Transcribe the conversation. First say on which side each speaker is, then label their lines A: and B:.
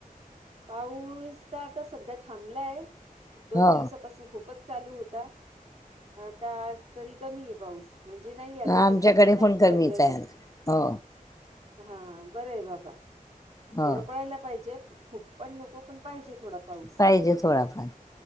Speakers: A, on the right (about 45°); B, on the left (about 25°).
A: पाऊस तर आता सध्या थांबलाय, दोन
B: हो
A: दिवसापासून खूपच चालू होता, आता आज तरी कमी आहे पाऊस. म्हणजे नाही, आता
B: आमच्याकडे
A: सध्या तर नाही
B: पण कमीच
A: पडतय अजून.
B: आहे आज हो
A: हा बरं आहे बाबा,
B: हो
A: थोडं पळायला पाहिजे खूप पण नको पण पाहिजे थोडा पाऊस
B: पाहिजे थोडाफार.